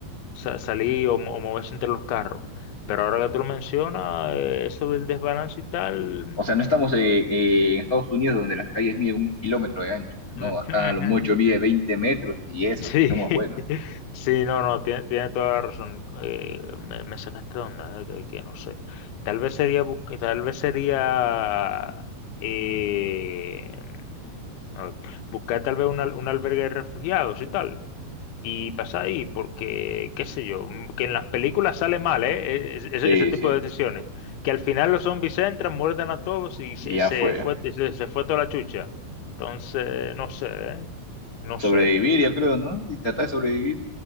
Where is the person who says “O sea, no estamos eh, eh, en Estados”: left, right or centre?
Left